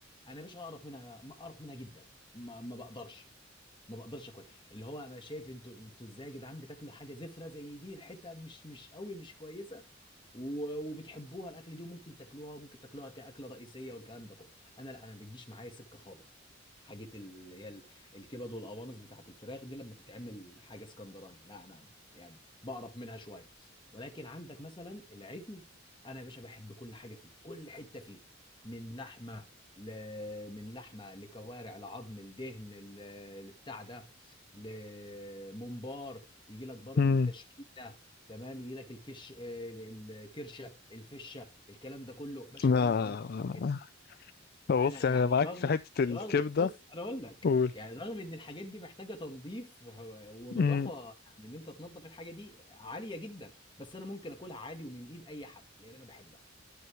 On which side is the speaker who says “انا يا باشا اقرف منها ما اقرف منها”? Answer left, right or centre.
Left